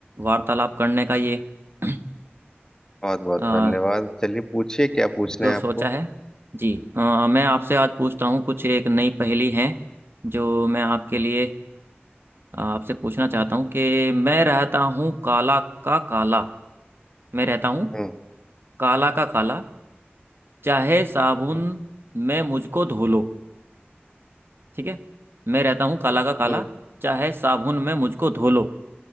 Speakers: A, on the right (about 65°); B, on the left (about 15°).
A: वार्तालाप करने का ये <clears throat>
B: बहुत बहुत
A: अ,
B: धन्यवाद चलिए पूछिए क्या पूछना
A: जो
B: है
A: सोचा
B: आपको
A: है जी अ, मैं आपसे आज पूछता हूँ कुछ एक नई पहेली है जो मैं आपके लिए अ, आपसे पूछना चाहता हूँ कि मैं रहता हूँ काला का काला मैं रहता हूँ
B: हम्म
A: काला का काला चाहे साबुन
B: हम्म
A: में मुझको धो लो ठीक है मैं रहता हूँ काला का काला
B: हम्म
A: चाहे साबुन में मुझको धो लो